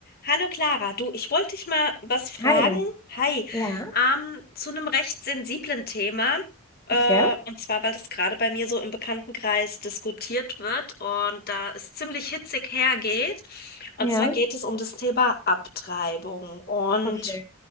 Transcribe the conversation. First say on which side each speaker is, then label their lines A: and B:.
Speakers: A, on the left (about 45°); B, on the left (about 15°).
A: Hallo Clara, du, ich wollte dich mal was fragen.
B: Hi.
A: Hi,
B: Ja,
A: ähm, zu einem recht sensiblen Thema. Äh,
B: okay.
A: und zwar, weil das gerade bei mir so im Bekanntenkreis diskutiert wird und da es ziemlich hitzig hergeht. Und
B: Ja,
A: zwar geht es um das Thema Abtreibung. Und
B: okay.